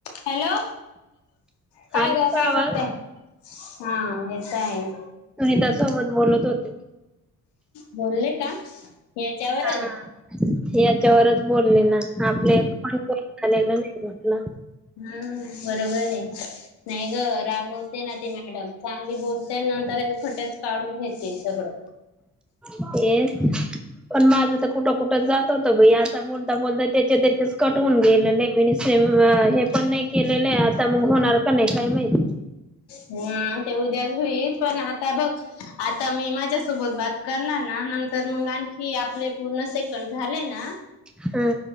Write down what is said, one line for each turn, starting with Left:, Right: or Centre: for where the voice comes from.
Left: Hello, काय
Centre: hello
Left: ग
Centre: का
Left: काय
Centre: आवाज
Left: करतेय? हा येत आहे.
Centre: सुनीता सोबत बोलत होते.
Left: बोलले का याच्यावरच
Centre: हा याच्यावरच बोलले ना, आपल्या कोणी कोणी झालेलं नाही म्हटलं
Left: हम्म बरोबर आहे. नाही गं रागवते ना ती मॅडम, चांगली बोलते नंतर खोटच काढून घेते सगळं
Centre: तेच पण माझं तर कुठं, कुठं जात होतं बाई आ बोलता, बोलता त्याचे त्याचेच कट होऊन गेले नाही सेम हे पण नाही केलेलं आहे. आता मग होणार का नाही काय माहित.
Left: हा ते उद्या होईल, पण आता बघ आता मी माझ्यासोबत बात करणार ना, नंतर मग आणखी आपले पूर्ण सेकंड झाले ना
Centre: हा